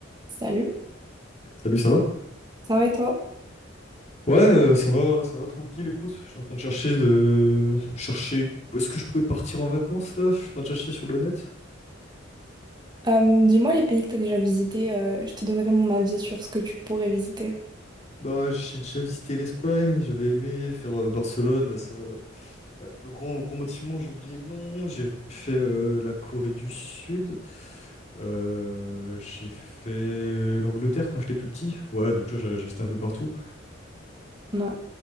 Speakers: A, on the right; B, on the left.
A: Salut,
B: Salut, ça va?
A: ça va et toi?
B: Ouais, euh, ça va, ça va tranquille, écoute. Je suis en train de chercher de chercher où est-ce que je pourrais partir en vacances là? Je suis en train de chercher sur le net.
A: Euh, dis-moi les pays que tu as déjà visités, euh, je te donnerai mon avis sur ce que tu pourrais visiter.
B: Bah, j'ai déjà visité l'Espagne, j'avais aimé faire euh, Barcelone, là, ça... là, le grand gros bâtiment, j'ai oublié le nom. J'ai fait euh, la Corée du Sud. Euh, j'ai fait l'Angleterre quand j'étais plus petit. Ouais, donc tu vois, j'ai j'ai visité un peu partout.
A: Ouais.